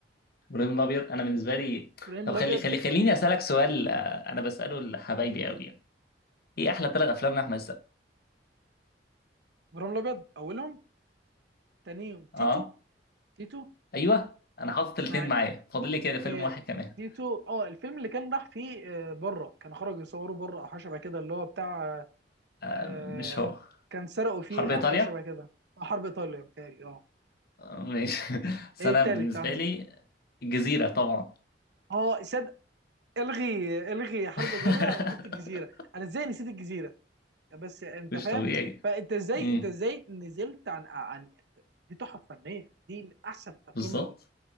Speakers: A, on the left (about 60°); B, on the right (about 65°).
A: ابراهيم الابيض انا بالنسبه لي
B: ابراهيم
A: طب
B: الابيض
A: خلي خلي خليني
B: من
A: اسالك سؤال آه، انا بساله لحبايبي قوي يعني ايه احلى ثلاث افلام لاحمد السقا
B: ابراهيم الابيض اولهم تانيهم
A: اه
B: تيتو تيتو
A: ايوه انا حاطط الاثنين
B: بعد
A: معايا فاضل لي كده فيلم
B: آه،
A: واحد كمان
B: تيتو اه الفيلم اللي كان راح فيه آه، بره كان خرج يصوره بره او حاجه شبه كده اللي هو بتاع
A: آه،
B: آه
A: مش هو
B: كان سرقوا فيه
A: حرب ايطاليا
B: او حاجه شبه كده آه، حرب ايطاليا بتاعي اه
A: ماشي <laughs> بس
B: ايه
A: انا
B: التالت
A: بالنسبه
B: عندك
A: لي جزيره طبعا
B: اه صدق الغي الغي حرب
A: <laughs>
B: ايطاليا وحط الجزيره انا ازاي نسيت الجزيره بس انت
A: مش
B: فاهم
A: طبيعي
B: فانت ازاي
A: امم
B: انت ازاي نزلت عن عن دي تحف فنيه دي من احسن الافلام
A: بالظبط